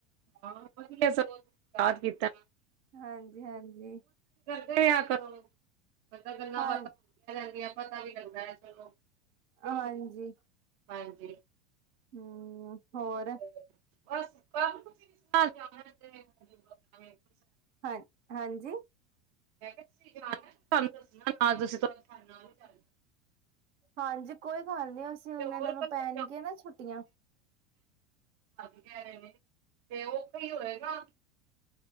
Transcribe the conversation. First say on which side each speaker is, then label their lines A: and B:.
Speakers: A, on the right; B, on the right.
A: ਹਾਂ ਵਧੀਆ ਸਗੋਂ ਯਾਦ ਕੀਤਾ।
B: ਹਾਂਜ <unintelligible> ਜੀ ਹਾਂਜੀ।
A: ਕਿਹਾ ਕਰੋ। <unintelligible> ਮਤਲਬ ਗੱਲਾਂ
B: ਹਾਂ
A: ਬਾਤਾਂ ਹੁੰਦੀਆਂ ਰਹਿੰਦਿਆ ਪਤਾ ਵੀ ਲੱਗਦਾ ਹੈ ਚਲੋ। ਕਿਉਂ
B: ਹਾਂਜੀ
A: ਬਈ ਹਾਂਜੀ।
B: ਹਮ ਹੋਰ।
A: ਤੇ ਬਸ <unintelligible>
B: ਹਾਂ ਹਾਂਜੀ।
A: ਮੈਂ ਕਿਹਾ ਤੁਸੀ ਦਸਨਾ ਤੁਹਾਡੇ ਨਾਲ ਹੀ ਚਲ <unintelligible>
B: ਹਾਂਜੀ ਕੋਈ ਹਲੇ ਅਸੀ ਹੁਨ‌
A: ਹੋਰ
B: ਇਹਨਾਂ ਨੂੰ
A: ਕੱਲੇ
B: ਪੈਨਗੀਆਂ ਨਾ ਛੁੱਟੀਆਂ
A: ਅ ਕਹਿ ਰੇ ਨੇ ਤੇ ਉਹ ਕੋਈ ਹੋਏਗਾ। <unintelligible>